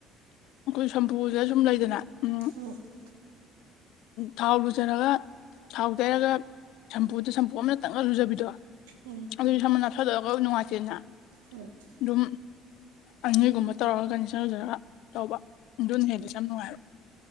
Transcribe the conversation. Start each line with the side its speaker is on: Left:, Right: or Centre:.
Left: ꯑꯩꯈꯣꯏ ꯁꯝꯄꯨꯁꯤꯗ ꯁꯨꯝ ꯂꯩꯗꯅ ꯎꯝ
Right: ꯍꯣ
Left: ꯊꯥꯎ ꯂꯨꯖꯔꯒ ꯊꯥꯎ ꯇꯩꯔꯒ ꯁꯝꯄꯨꯗ ꯁꯝꯄꯨ ꯄꯣꯝꯅ ꯇꯪꯅ ꯂꯨꯖꯕꯤꯗꯣ
Right: ꯎꯝ
Left: ꯑꯗꯨꯗꯤ ꯁꯝ ꯅꯞꯁꯤꯜꯂꯒ ꯅꯨꯡꯉꯥꯏꯇꯦꯅ
Right: ꯎꯝ <unintelligible>
Left: ꯑꯗꯨꯝ ꯑꯅꯤꯒꯨꯝꯕ ꯇꯧꯔꯒ ꯀꯟꯗꯤꯁꯅꯔ ꯂꯨꯖꯔꯒ ꯇꯧꯕ ꯑꯗꯨꯅ ꯍꯦꯜꯂꯦ ꯁꯝ ꯅꯨꯡꯉꯥꯏꯕ